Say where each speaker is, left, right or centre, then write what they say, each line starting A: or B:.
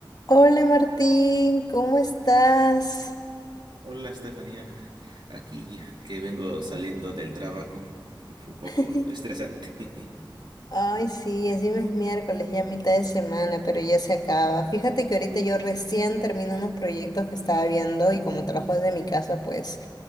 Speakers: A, on the left; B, on the right.
A: Hola Martín, ¿cómo estás?
B: Hola, Estefanía. Aquí que vengo saliendo del trabajo. Fue un poco
A: <laughs>
B: estresante. <laughs>
A: Ay, sí, encima es miércoles, ya mitad de semana, pero ya se acaba. Fíjate que ahorita yo recién termino unos proyectos que estaba viendo y como trabajo desde mi casa, pues